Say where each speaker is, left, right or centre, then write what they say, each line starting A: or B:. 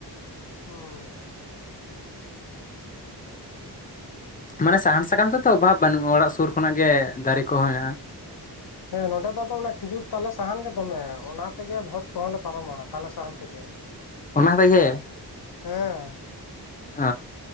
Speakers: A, on the left (about 65°); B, on the left (about 20°).
A: ᱦᱩᱸ
B: ᱢᱟᱱᱮ ᱥᱟᱦᱟᱱ ᱥᱟᱠᱟᱢ ᱛᱮᱫᱚ ᱚᱵᱷᱟᱵᱽ ᱵᱟᱹᱱᱩᱜ-ᱟ ᱚᱲᱟᱜ ᱥᱩᱨ ᱠᱷᱚᱱᱟᱜ ᱜᱮ ᱫᱟᱨᱮ ᱠᱚᱦᱚᱸ ᱦᱮᱱᱟᱜ-ᱟ
A: ᱦᱮᱸ ᱱᱚᱰᱮ ᱫᱚ ᱟᱫᱚ ᱠᱷᱤᱡᱩᱨ ᱛᱟᱞᱮ ᱥᱟᱦᱟᱱ ᱜᱮ ᱫᱚᱢᱮ ᱚᱱᱟ ᱛᱮᱜᱮ ᱵᱷᱚᱡᱽ ᱠᱚᱦᱚᱸᱞᱮ ᱯᱟᱨᱚᱢᱟ ᱛᱟᱞᱮ ᱥᱟᱦᱟᱱ ᱛᱮᱜᱮ <unintelligible>
B: ᱚᱱᱟ ᱛᱮᱜᱮ
A: ᱦᱮᱸ
B: ᱚ